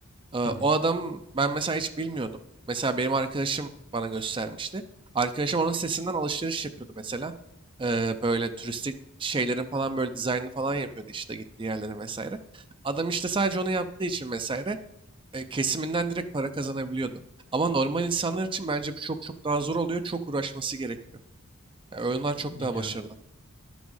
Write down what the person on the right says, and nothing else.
Ee,
O adam ben mesela hiç bilmiyordum. Mesela benim arkadaşım bana göstermişti. Arkadaşım onun sitesinden alışveriş yapıyordu mesela. Ee, böyle turistik şeylerin falan böyle dizaynını falan yapıyordu işte gittiği yerlere vesaire. Adam işte sadece onu yaptığı için vesaire e, kesiminden direkt para kazanabiliyordu. Ama normal insanlar için bence bu çok çok daha zor oluyor. Çok uğraşması gerekiyor. Yani oyunlar çok
daha başarılı.